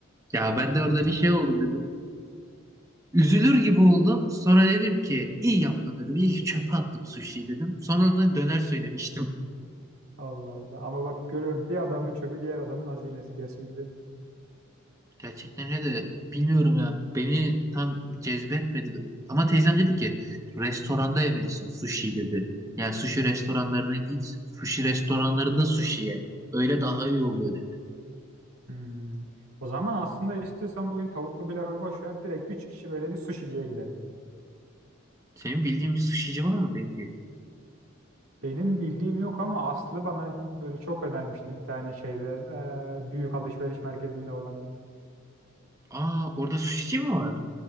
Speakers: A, on the right (about 15°); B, on the right (about 85°).
A: Ya ben de orada bir şey oldum dedim. Üzülür gibi oldum. Sonra dedim ki iyi yaptın dedim. İyi ki çöpe attım sushi'yi dedim. Sonra da döner söylemiştim.
B: Allah Allah. Ama bak görüyorum bir adamın çöpü diğer adamın hazinesi gerçekten.
A: Gerçekten öyle de bilmiyorum ya beni tam cezbetmedi. Ama teyzem dedi ki restoranda yemelisin sushi dedi. Yani sushi restoranlarına git. Sushi restoranlarında sushi ye. Öyle daha iyi oluyor dedi.
B: Hmm. O zaman aslında istiyorsan bugün tavuklu pilavı boş ver. Direkt 3 kişi böyle bir suşiciye gidelim.
A: Senin bildiğin bir sushici var mı peki?
B: Benim bildiğim yok ama Aslı bana böyle çok önermişti bir tane şeyde. eee, büyük alışveriş merkezinde olan.
A: Aa orada sushici mi var?